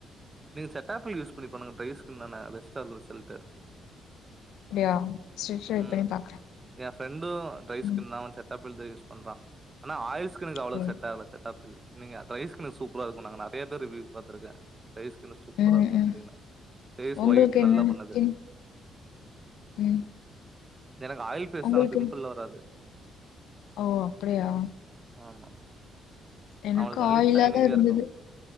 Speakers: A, on the right; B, on the left.
A: நீங்க செட்டாப்பிள் யூஸ் பண்ணிருப்பானுங்க ட்ரை ஸ்கின் தான பெஸ்ட்டா இருக்கும் ரிசல்ட்டு
B: அப்டியா செரி ட்ரை
A: ம்
B: பண்ணி பாக்குறே
A: என் ஃப்ரெண்டும் டிரை ஸ்கின்
B: ம்
A: தான் அவன் செட்டாப் பிள் தா யூஸ் பண்றான் ஆனா ஆயில் ஸ்கின்னுக்கு அவ்ளோ
B: சரி.
A: செட் ஆகல செட்டாப்பில் நீங்க டிரை ஸ்கின்க்கு சூப்பரா இருக்குன்னாங்க நறையா பேர் ரிவ்யூ பாத்துருக்கேன் டிரை ஸ்கின்னு சூப்பரா
B: ம்
A: இருக்கும்
B: ம்
A: அப்டின்னா பேஸ்
B: உங்களுக்கு
A: ஒயிட் நல்லா
B: என்ன
A: பண்ணுது
B: ஸ்கின் ம்
A: எனக்கு ஆயில் பேஸ்
B: உங்களுக்கு
A: தா ஆனா பிம்பள்லா
B: என்ன?
A: வராது
B: ஓ அப்டியா
A: ஆமா.
B: எனக்கு
A: அவனுக்கு ஒன்லி
B: ஆயிலாதான்
A: ஷைனிங்கா
B: இருந்தது
A: இருக்கும்.